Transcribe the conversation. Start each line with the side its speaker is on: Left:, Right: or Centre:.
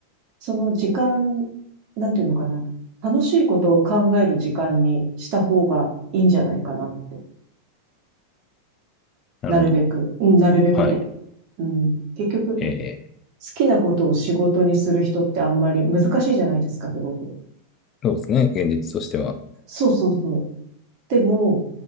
Right: その時間、なんていうのかな。楽しいことを考える時間にした方がいいんじゃないかなって。
Left: なるほど。
Right: なるべく。うん、なるべくね。
Left: はい。
Right: うん。結局、好
Left: えー、
Right: きなことを仕事にする人ってあんまり難しいじゃないですか、すごく。
Left: そうですね。現実としては、
Right: そうそうそう。でも、